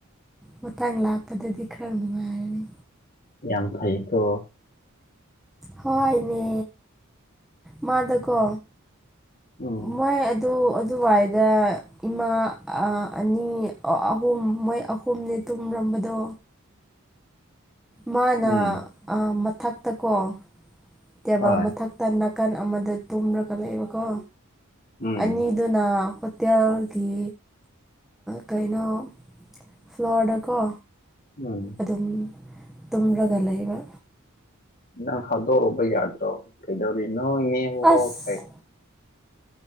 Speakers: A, in the centre; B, on the left.
A: ꯃꯇꯥꯡ ꯂꯥꯛꯄꯗꯗꯤ ꯈꯔ ꯅꯨꯡꯉꯥꯏꯔꯅꯤ
B: ꯌꯥꯝ ꯐꯩꯀꯣ
A: ꯍꯣꯏꯅꯦ ꯃꯥꯗꯣꯀꯣ
B: ꯎꯝ
A: ꯃꯣꯏ ꯑꯗꯨ ꯑꯗꯨꯋꯥꯏꯗ ꯏꯃꯥ ꯑꯅꯤ ꯑꯍꯨꯝ ꯃꯣꯏ ꯑꯍꯨꯝ ꯄꯨꯝꯅꯦ ꯇꯨꯝꯕꯔꯝꯕꯗꯣ ꯃꯥꯅ
B: ꯎꯝ
A: ꯃꯊꯛꯇꯀꯣ ꯇꯦꯕꯜ
B: ꯍꯣꯏ
A: ꯃꯊꯛ ꯇ ꯅꯥꯀꯟ ꯑꯃꯗ ꯇꯨꯝꯂꯒ ꯂꯩꯕꯀꯣ
B: ꯎꯝ
A: ꯑꯅꯤ ꯑꯗꯨꯅ ꯍꯣꯇꯦꯜꯒꯤ ꯀꯩꯅꯣ ꯐ꯭ꯂꯣꯔꯗꯥ ꯀꯣ
B: <unintelligible>
A: ꯑꯗꯨꯝ ꯇꯨꯝꯔꯒ ꯂꯩꯕ
B: ꯅꯪ ꯍꯥꯗꯣꯛꯎꯨꯕ ꯌꯥꯗ꯭ꯔꯣ ꯀꯩꯗꯧꯔꯤ ꯅꯣ <unintelligible> <unintelligible> <unintelligible>
A: ꯑꯁ